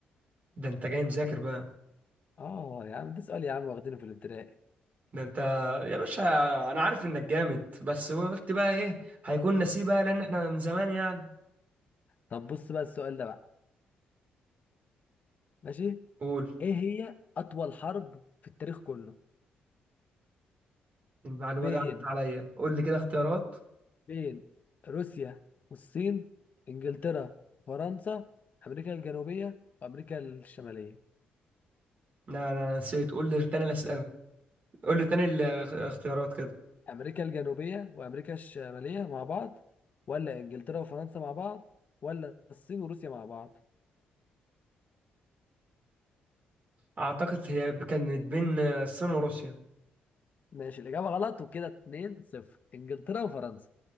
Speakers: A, on the right; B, on the left.
A: ده أنت جاي مذاكر بقى
B: اه يا عم ده سؤال يا عم واخدينه في الابتدائي
A: ده أنت يا باشا أنا عارف إنك جامد بس قلت بقى إيه هيكون نسيب بقى لأن إحنا من زمان يعني
B: طب بص بقى السؤال ده بقى ماشي
A: قول
B: ايه هي أطول حرب في التاريخ كله
A: المعلومة
B: بين
A: دي عدت عليا قول لي كده اختيارات
B: بين روسيا والصين إنجلترا فرنسا أمريكا الجنوبية وأمريكا الشمالية
A: لا أنا أنا نسيت قول لي تاني الأسئلة قول لي تاني الاختيارات كده
B: أمريكا الجنوبية وأمريكا الشمالية مع بعض ولا إنجلترا وفرنسا مع بعض ولا الصين وروسيا مع بعض
A: أعتقد هي كانت بين الصين وروسيا
B: ماشي الإجابة غلط وكده 2 0 إنجلترا وفرنسا